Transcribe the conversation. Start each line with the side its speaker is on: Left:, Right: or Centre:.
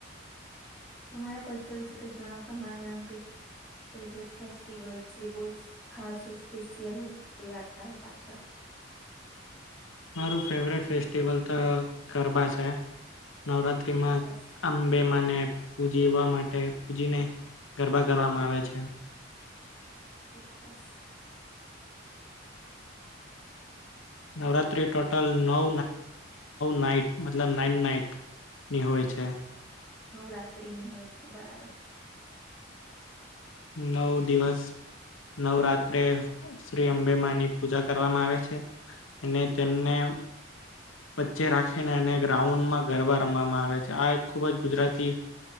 Centre: તમારા કલ્ચર વિશે કઈ જણાવતા માર એમ કઈ ફેવરેટ ફેસ્ટિવલ જે બહુ જ ખાસ હોય સ્પેશિયલ હોય કઈ વાર્તા એ પાછળ
Left: મારું ફેવરિટ ફેસ્ટિવલ તો ગરબા છે નવરાત્રીમાં
Centre: ચોક્કસ
Left: અંબેમાં પૂજીવા માટે પૂજીને ગરબા કરવામાં આવે છે
Centre: ચોક્કસ
Left: નવરાત્રી ટોટલ નવ નાઈટ મતલબ નાઈન નાઈટ ની હોય છે
Centre: નવરાત્રીની હોય છે બરાબર
Left: નવ દિવસ નવરાત્રે શ્રી અંબેમાની પૂજા કરવામાં આવે છે અને તેમને વચ્ચે રાખીને એને ગ્રાઉન્ડમાં ગરબા રમવામાં આવે છે આ એક ખૂબ જ ગુજરાતી